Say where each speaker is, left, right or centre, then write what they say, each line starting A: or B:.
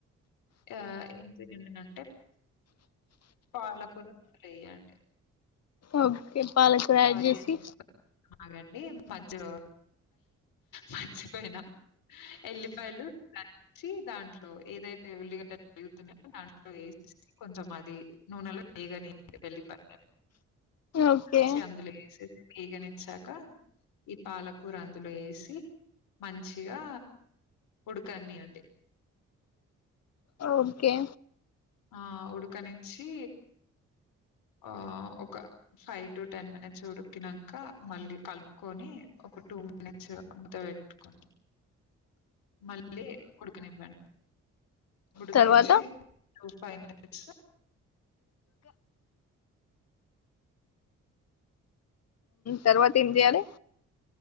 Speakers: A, on the left; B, on the left.
A: ఆ ఏం చేయండి అంటే పాల కూడ వేయండి
B: ఓకే బాగ ఫ్రై
A: సారీ
B: చేసి
A: అండి. ఆగండి మధ్యలో మర్చిపోయినా ఎల్లిపాయలు దంచి దాంట్లో ఏదైతే ఉల్లిగడ్డలు తరుగుతున్నారో దాంట్లో కొంచెం అది నూనెలో వేగనియలి వెల్లిపాయలుని
B: ఓకే
A: చి అందులో ఏసి వేగనిచ్చాక ఈ పాలకూర అందులో వేసి మంచిగా ఉడకనియండి
B: ఓకే
A: ఆ ఉడకనిచ్చి ఆ ఒక ఫైవ్ టు టెన్ మినిట్స్ ఉడికినంక మళ్ళీ కలుపుకొని ఒక టూ మినిట్స్ మూత పెట్టుకోండి మళ్ళీ ఉడకనివ్వండి ఉడుకనిచ్చి
B: తర్వాత
A: ఫైవ్ మినిట్స్
B: తర్వాత ఏం చేయాలే